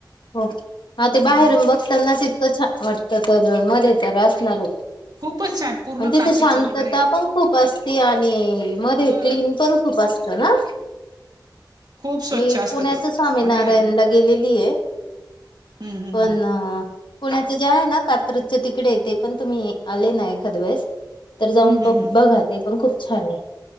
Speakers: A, on the left; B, on the right.
A: हो हा ते बाहेरून
B: ह
A: बघतानाच इतकं छान वाटत तर मध्ये तर असणारच.
B: खूपच छान पूर्ण
A: आणि तिथे
B: काचेचं
A: शांतता
B: वगैरे
A: पण खूप असते आणि मध्ये
B: हा
A: क्लीन पण खूप असत ना.
B: खूप स्वच्छ
A: मी
B: असतं
A: पुण्याच
B: ते
A: स्वामीनारायण
B: आणि हम्म
A: ला गेलेली आहे.
B: हम्म हम्म
A: पण अ पुण्याच जे आहे ना कात्रजच्या तिकडे येते पण तुम्ही आले ना एखाद वेळेस तर जाऊन
B: हम्म
A: प
B: हम्म
A: बघा ते पण खूप छान आहे.